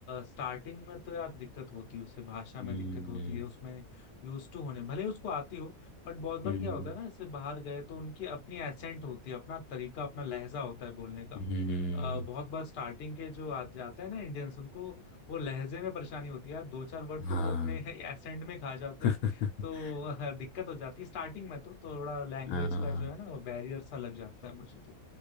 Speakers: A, on the left; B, on the left.
A: स्टार्टिंग में तो यार दिक्कत होती है उससे भाषा
B: हम्म
A: में दिक्कत होती है उसमें यूज टू होने भले ही उसको आती हो बट बहुत बार
B: हम्म
A: क्या होता है ना इससे बाहर गए तो उनकी अपनी एसेंट होती है अपना तरीका अपना लहजा होता है बोलने का
B: हम्म,
A: अ, बहुत बार स्टार्टिंग के जो आ जाते हैं ना इंडियंस उनको वो लहजे में परेशानी होती है यार दो चार वर्ड तो
B: हाँ
A: वो अपने <laughs> एसेंट में खा जाते हैं
B: <laughs>
A: तो अ, दिक्कत हो जाती है स्टार्टिंग में तो थोड़ा लैंग्वेज
B: हाँ
A: का जो है ना वो बैरियर सा लग जाता है मुझे तो